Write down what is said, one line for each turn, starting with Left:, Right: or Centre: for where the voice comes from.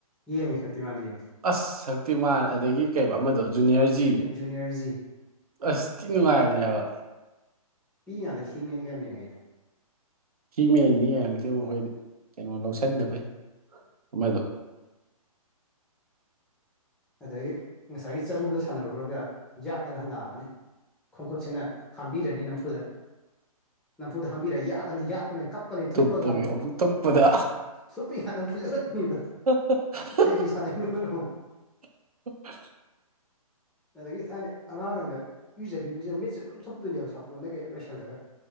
Centre: ꯌꯦꯡꯉꯤ ꯁꯛꯇꯤꯃꯥꯟ ꯌꯦꯡꯉꯤ꯫
Right: ꯑꯁ ꯁꯛꯇꯤꯃꯥꯟ ꯑꯗꯒꯤ ꯀꯩ ꯑꯃꯗꯣ ꯖꯨꯅꯤꯌꯔꯖꯤ꯫
Centre: ꯖꯨꯅꯤꯌꯔ ꯖꯨꯅꯤꯌꯔꯖꯤ
Right: ꯑꯁ ꯊꯤ ꯅꯨꯡꯉꯥꯏꯕꯅꯦ ꯍꯥꯏꯕ
Centre: ꯄꯤꯛꯏꯉꯥꯟꯗ ꯍꯤꯃꯦꯟꯒ ꯌꯥꯝ ꯌꯦꯡꯉꯛꯏꯗ
Right: ꯍꯤ ꯃꯦꯟꯅꯤ ꯌꯥꯔꯛꯇꯦ ꯑꯩꯈꯣꯏꯗꯤ ꯀꯩꯅꯣ ꯂꯧꯁꯤꯟꯗꯕꯩ ꯑꯃꯗꯣ
Centre: ꯑꯗꯩ ꯉꯁꯥꯏꯒꯤ ꯆꯔꯨꯗ ꯁꯥꯟꯅꯔꯨꯔꯒ ꯌꯥꯠꯂꯒ ꯍꯂꯛꯑꯅꯤ ꯈꯣꯡꯈꯨꯠꯁꯤꯅ ꯍꯥꯝꯕꯤꯔꯅꯤ ꯅꯝꯐꯨꯗ ꯅꯝꯐꯨꯗ ꯍꯥꯝꯕꯤꯔ ꯌꯥꯠ ꯍꯥꯠꯂꯅꯤ ꯌꯥꯠꯄꯅꯤ ꯀꯞꯄꯅꯤ
Right: ꯇꯨꯞꯄꯒꯤ
Centre: ꯊꯨꯞꯄꯒ ꯑꯃꯨꯛ
Right: ꯇꯨꯞꯄꯗ
Centre: ꯊꯨꯞꯄꯤ ꯀꯥꯟꯗ ꯑꯃꯛ ꯐꯨꯖꯜꯂꯛꯄꯅꯤꯗꯣ
Right: ꯍ ꯍ
Centre: ꯑꯩꯒꯤ ꯁꯥꯟꯅꯩꯅꯣꯅ ꯑ
Right: <unintelligible>
Centre: ꯑꯗꯒꯤ ꯊꯥꯏꯅꯩ ꯑꯉꯥꯡ ꯑꯣꯏꯉꯩꯗ ꯏꯔꯨꯖꯕꯤꯕꯁꯤꯅ ꯃꯤꯠꯁꯦ ꯑꯗꯨꯝ ꯊꯨꯞꯇꯣꯏꯅꯦꯕ ꯁꯥꯄꯣꯟꯗꯩ ꯀꯩꯗꯩ ꯅꯣꯏꯁꯜꯂꯒ